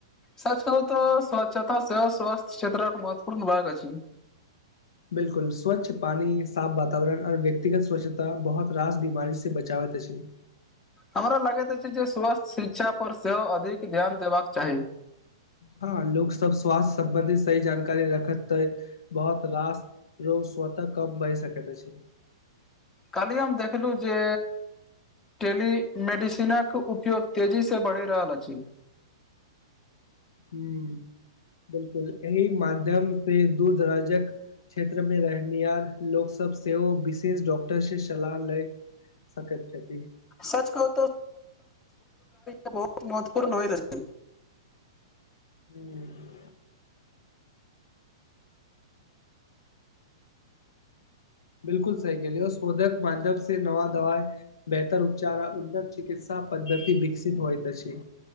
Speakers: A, on the left; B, on the left.
A: सच कहु तऽ स्वच्छता से स्वास्थ्य क्षेत्र एक महत्वपूर्ण भाग अछि
B: बिल्कुल स्वच्छ पानी साफ वातवरण आऔर व्यक्तिगत स्वच्छता बहुत रास बीमारी से बचावैत अछि
A: हमरा लगैत अछि जे स्वास्थ्य शिक्षा पर सेहो अधिक ध्यान देबाक चाही
B: हँ लोक सब स्वास्थ्य सम्बन्धित सही जानकारी रखत तै बहुत रास रोग स्वतः कम बहि सकैत अछि
A: कल्हि हम देखलहु जे टेलीमेडिसीनक उपयोग तेजी से बढ़ि रहल अछि
B: ह बिल्कुल एहि माध्यम से दूर दराजक क्षेत्र में रहनिहार लोक सब सेहो विशेष डॉक्टर से सलाह लैत सकैत छथि
A: सच कह बहुत महत्वपूर्ण होए द
B: ह <unintelligible> बिल्कुल सही कहलि शोधक माध्यमसँ नवा दवा बेहतर उपचार आ उन्नत चिकित्सा पद्धति विकसित होइ त अछि